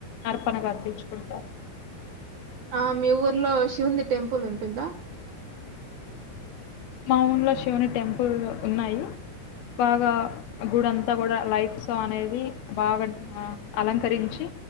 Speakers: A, on the left; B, on the right.
A: అర్పణగా అర్పించుకుంటారు
B: ఆ మీ ఊర్లో శివుంది టెంపుల్ ఉంటుందా
A: మా ఊళ్లో శివుని టెంపుల్ ఉన్నాయి బాగా గుడ అంతా కూడా లైట్స్ అనేది బాగా ఆ అలంకరించి